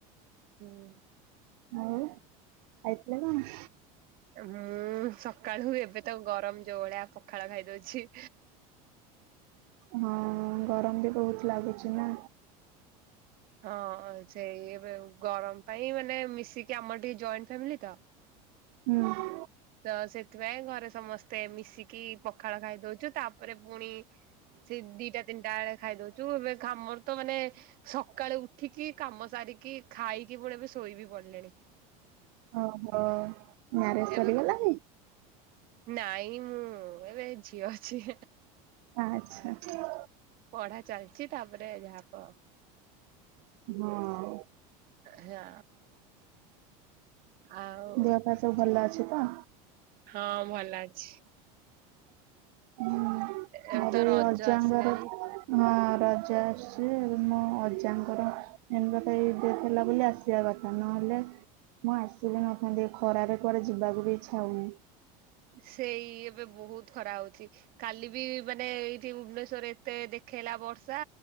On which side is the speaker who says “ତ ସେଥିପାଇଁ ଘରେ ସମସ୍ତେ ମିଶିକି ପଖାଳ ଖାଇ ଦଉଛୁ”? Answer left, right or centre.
Right